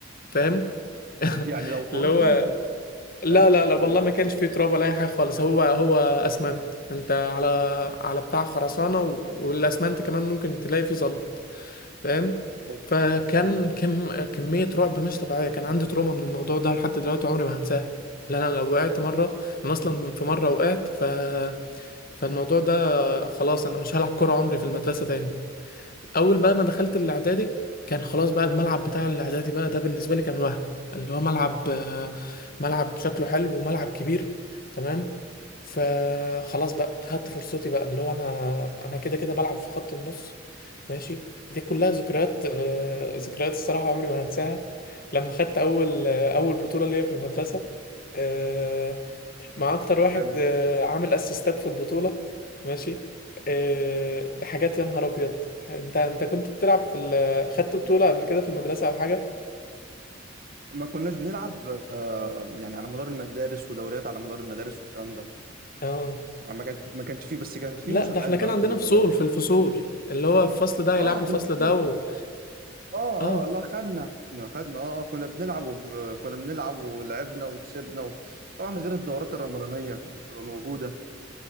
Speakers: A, on the left; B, on the right.
A: فاهم <laughs>
B: يعني لو تراب
A: اللي هو
B: ماشي
A: لا
B: فاهم
A: لا
B: يعني
A: لا والله
B: لو لو
A: ما كانش فيه تراب ولا اي حاجه خالص هو هو اسمنت انت على على بتاع خرسانه و- والاسمنت كمان ممكن تلاقي فيه زلط فاهم
B: أوه.
A: فكان
B: أوه.
A: كم كميه رعب مش طبيعيه كان عندي تروما من الموضوع ده لحد دلوقتي عمري ما هنساه لان انا لو وقعت مره انا اصلا في مره وقعت ف فالموضوع ده خلاص انا مش هلعب كوره عمري في المدرسه تاني اول بقى ما دخلت الاعدادي كان خلاص بقى الملعب بتاع الاعدادي بقى ده بالنسبه لي كان وهم اللي هو ملعب آه، ملعب شكله حلو وملعب كبير تمام فخلاص بقى خدت فرصتي بقى اللي هو انا انا كده كده بلعب في خط النص ماشي دي كلها ذكريات آه، ذكريات الصراحه عمري ما هنساها لما خدت اول آه، اول بطوله ليا في المدرسه آه، مع اكتر واحد
B: حلو
A: آه، عامل اسيستات في البطولة ماشي آه، ده حاجات يا نهار ابيض انت انت كنت بتلعب في ال... خدت بطولة قبل كده في المدرسة او حاجة
B: ما كناش بنلعب آه، يعني على مدار المدارس ودوريات على مدار المدارس والكلام ده
A: اه
B: يعني ما كانش ما كانش فيه بس كان فيه
A: لا
B: مسابقات
A: ده احنا
B: بقى
A: كان عندنا
B: في ال-
A: فصول في الفصول اللي هو الفصل ده هيلعب
B: اه
A: الفصل
B: في الفصول
A: ده و...
B: اه
A: اه
B: اه لا خدنا خدنا خدنا اه آه، كنا بنلعب وب... كنا بنلعب ولعبنا وكسبنا و... طبعا غير الدورات الرمضانية اللي بتبقى موجودة